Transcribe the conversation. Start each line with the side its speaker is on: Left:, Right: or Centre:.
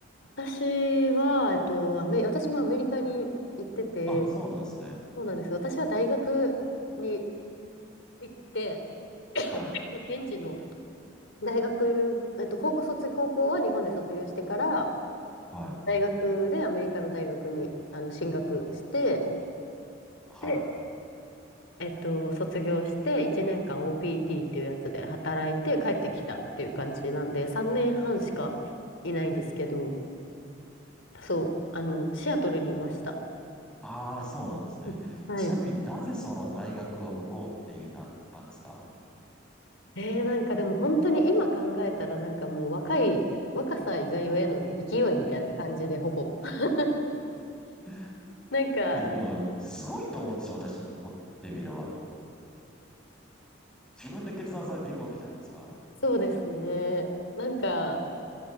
Left: 私は、えっと、アメ、私もアメリカに行ってて、
Centre: あ、そうなんですね。
Left: そうなんですよ。私は大学に行って、
Centre: はい。
Left: 現地の大学、えっと、高校卒、高校は日本で卒業してから、
Centre: はい。
Left: 大学でアメリカの大学にあの進学して、
Centre: はい。
Left: で、えっと、卒業して1年間 OPT っていうやつで働いて帰ってきたっていう感じなんで、3年半しかいないんですけど、そう、あの、シアトルにいました。
Centre: ああ、そうなんですね。
Left: うんはい。
Centre: ちなみになぜその大学は向こうっていうふうになったんですか
Left: えー、なんかでも本当に今考えたらなんかもう若い、若さ以外への勢いみたいな感じでほぼ。<laughs>
Centre: <laughs>
Left: なんか、
Centre: いや、でも、すごいと思うんですよ、私にとってみれば。自分で決断されていくわけじゃないですか。
Left: そうですね。なんか、